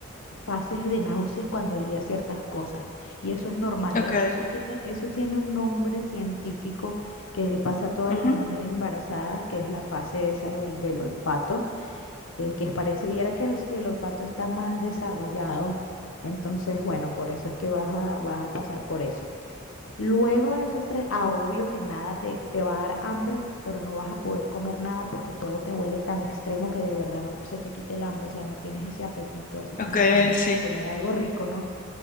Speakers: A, on the left; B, on the left.
A: fases de náuseas cuando olía ciertas cosas. Y eso es normal.
B: Ok.
A: De hecho, eso tiene, eso tiene un nombre científico que le pasa a todas
B: Ujú.
A: las mujeres embarazadas, que es la fase esa del, del olfato, eh, que parecería que el, el olfato está más desarrollado. Entonces, bueno, por eso es que vas a, vas a pasar por eso. Luego de esos tres, ah, obvio que nada te, te va a dar hambre, pero no vas a poder comer nada porque todo te huele tan extremo que de verdad no se te quite el hambre, o sea, no tienes ese apetito así como,
B: Ok,
A: como
B: sí.
A: comer algo rico, ¿no?